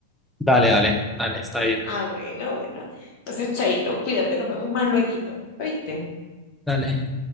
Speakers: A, in the centre; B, on the left.
A: Dale, dale, dale, está
B: Sí.
A: bien.
B: Ah, bueno, bueno. Entonces, Chaito, cuídate, nos vemos más lueguito. ¿Oíste?
A: Dale.